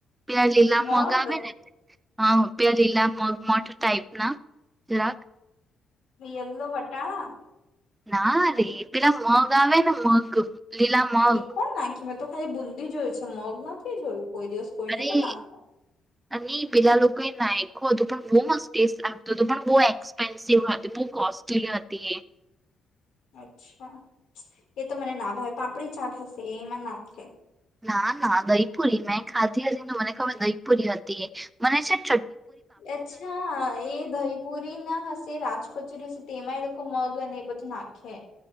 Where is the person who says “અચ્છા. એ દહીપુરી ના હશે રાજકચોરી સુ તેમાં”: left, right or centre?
Left